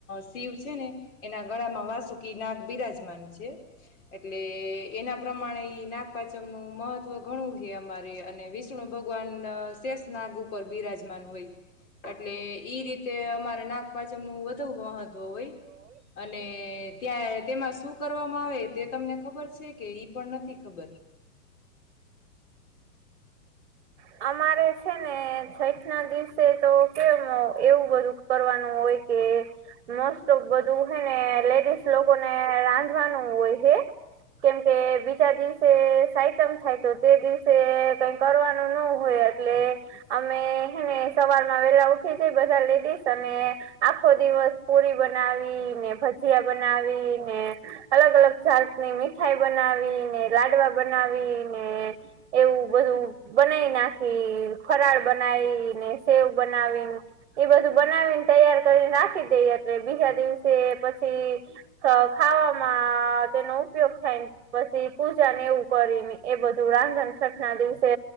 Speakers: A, on the left (about 65°); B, on the right (about 45°).
A: શિવ છે ને એના ગળામાં વાસુકી નાગ બિરાજમાન છે એટલે એના પ્રમાણે ઈ નાગપચમનું મહત્વ ઘણું કહે અમારે, અને વિષ્ણુ ભગવાન શેષ નાગ ઉપર બિરાજમાન હોય એટલે ઈ રીતે અમારે નાગપચમનું વધુ મહત ત્વ હોય. ને ત્યાં તેમાં શું કરવામાં આવે તે તમને ખબર છે કે ઈ પણ નથી ખબર?
B: અમારે છે ને છઠ ના દિવસે તો કેમ એવું બધું કરવાનું હોય કે મોસ્ટ ઓફ બધું હેને લેડીઝ લોકોને રાંધવાનું હોય હે, કેમકે બીજા દિવસે સાઈતમ થાય તો તે દિવસે કઈ કરવાન નું ન હોય એટલે અમે હે ને સવારમાં વેલા ઉઠી જાઈ બધા લેડીસ અને આખો દિવસ પુરી બનાવી ને, ભજીયા બનાવી ને, અલગ-અલગ જાતની મીઠાઈ બનાવી ને, લાડવા બનાવી ને એવું બધું બનાવી નાખી, ફરાળ બનાવી ને, સેવ બનાવીન એ બધું બનાવીને તૈયાર કરીન રાખી દે એટલે બીજા દિવસે પછી ખ ખાવામાં તેનો ઉપયોગ થાયને પછી પૂજાને એવું કરીને એ બધું રાંધણ છઠ ના દિવ સે